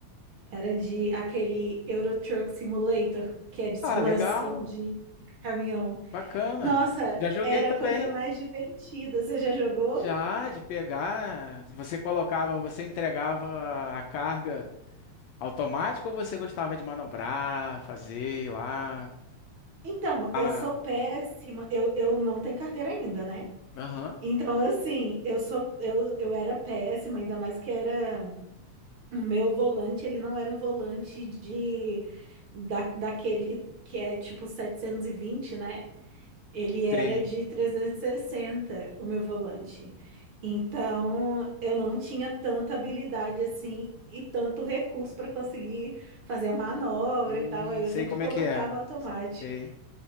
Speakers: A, on the right; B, on the left.
A: era de aquele Euro Truck Simulator, que é de simulação
B: Ah, legal,
A: de, de caminhão.
B: bacana.
A: Nossa,
B: Já joguei
A: era
B: também,
A: a coisa mais divertida. Você já jogou?
B: já de pegar. Você colocava, você entregava a carga automática ou você gostava de manobrar, fazer ir lá?
A: Então,
B: Tá
A: eu
B: na.
A: sou péssima. Eu, eu não tenho carteira ainda, né?
B: Aham,
A: Então, assim, eu sou eu, eu era péssima, ainda mais que era o meu volante, ele não era um volante de da, daquele que, que é tipo 720, né? Ele era
B: sei.
A: de 360, o meu volante. Então, eu não tinha tanta habilidade assim e tanto recurso para conseguir fazer a manobra
B: Hum,
A: e tal. Aí eu
B: sei
A: sempre
B: como
A: colocava
B: é que é.
A: automático.
B: Sei.